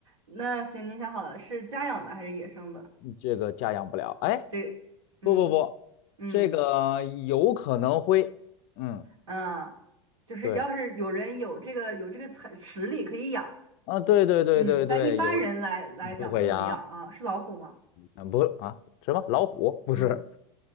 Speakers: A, on the right (about 75°); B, on the left (about 45°).
A: 那行，您想好了，是家养的还是野生的？
B: 这个家养不了。哎，
A: 这，嗯
B: 不不不，
A: 嗯
B: 这个有可能会，嗯，
A: 啊，就是要是有人有这个有这个才实力可以养，
B: 对，啊，对对对对对，
A: 嗯，但一般人来来讲不能养啊，
B: 有不会养，
A: 是老虎吗？
B: 嗯，不啊，什么老虎不是，
A: 嗯。